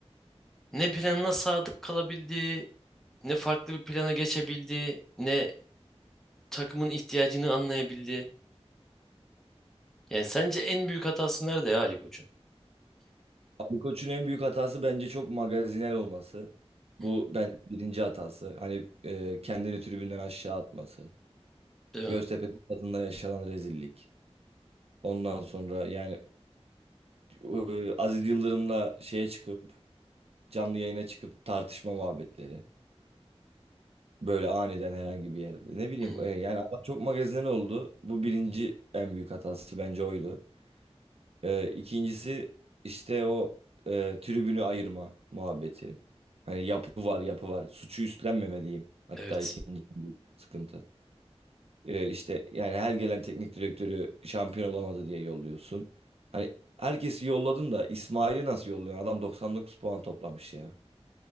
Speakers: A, in the centre; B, on the right (about 65°).
A: Ne planına sadık kalabildi, ne farklı bir plana geçebildi, ne takımın ihtiyacını anlayabildi. Yani sence en büyük hatası nerede ya Ali Koç'un?
B: Ali Koç'un en büyük hatası bence çok magazinel olması. Bu
A: Hı hı,
B: ben birinci hatası. Hani e, kendini tribünden aşağı atması.
A: Değil
B: Göztepe
A: mi?
B: stadında yaşanan rezillik. Ondan sonra yani e, Aziz Yıldırım'la şeye çıkıp canlı yayına çıkıp tartışma muhabbetleri. Böyle aniden herhangi bir yerde. Ne bileyim
A: Hı hı,
B: e, yani adam çok magazinel oldu. Bu birinci en büyük hatası bence oydu. Ee, ikincisi işte o e, tribünü ayırma muhabbeti. Hani yapı var yapı var. Suçu üstlenmemeliyim. Hatta
A: Evet.
B: ikinci en büyük sıkıntı. Ee, işte yani her gelen teknik direktörü şampiyon olamadı diye yolluyorsun. Hani herkesi yolladın da İsmail'i nasıl yolluyorsun? Adam 99 puan toplamış ya.